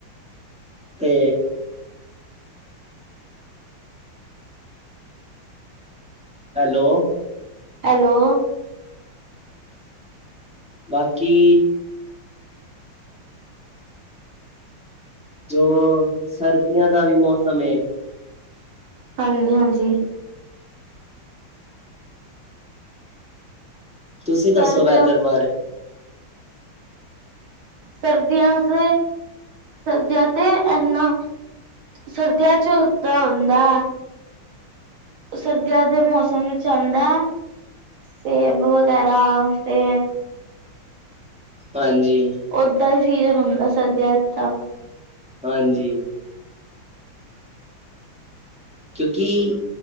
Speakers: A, in the centre; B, on the right (about 80°).
A: ਤੇ ਹੈਲੋ
B: ਹੈਲੋ
A: ਬਾਕੀ ਜੋ ਸਰਦੀਆਂ ਦਾ ਵੀ ਮੌਸਮ ਏ।
B: ਹਾਂਜੀ -ਹਾਂਜੀ
A: ਤੁਸੀਂ ਦੱਸੋ
B: ਸਰਦੀਆਂ
A: ਵੈਦਰ ਬਾਰੇ
B: ਸਰਦੀਆਂ 'ਚ ਸਰਦੀਆਂ ਤੇ ਏਨਾ ਸਰਦੀਆਂ 'ਚ ਦਾ ਹੁੰਦਾ। ਸਰਦੀਆਂ ਦੇ ਮੌਸਮ ਵਿੱਚ ਆਉਂਦਾ। ਸੇਬ ਵਗੈਰਾ ਤੇ
A: ਹਾਂਜੀ
B: ਓਦਾਂ ਹੀ ਸੀਜਨ ਹੁੰਦਾ ਸਰਦੀਆਂ 'ਚ ਤਾਂ
A: ਹਾਂਜੀ ਕਿਉਂਕਿ